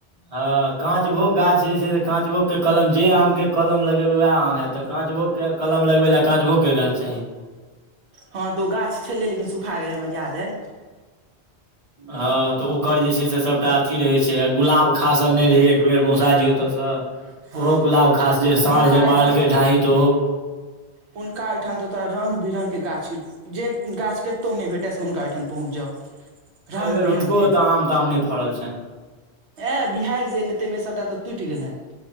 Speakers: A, on the right (about 35°); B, on the right (about 85°).
A: हँ काँचभोग गाछ जे छै से काँचभोग के कलम जे आम के कलम लगेबे वएह आम हेत तऽ काँचभोग के कलम लगबे ला काँचभोग के गाछ चाही
B: हँ तऽ ओ गाछ छलैय लेकिन सुखा गेलै हमरा याद आयल
A: हँ त ओकर जे छै से सभटा अथी रहै छै आ गुलाब खासन नहि रहै एक बेेर मौसा जी ओतय सँ
B: हँ
A: ओहो गुलाब खास जे साँढ़
B: हुनका
A: जे
B: एहिठाम
A: मारालके ढाही तऽ ओहो
B: हुनका हिठाम तऽ तोरा रंग बिरंगक के गाछ जे गाछ केतौ न भेटैय से हुनका ओठान पहुँच जाउ रंग
A: एहि बेेर
B: बिरंग
A: हुनको
B: के
A: तऽ आम ताम नय फड़ल छनि
B: ए बिहार जाय लै ताहि में सभटा तऽ टुटि गेलनि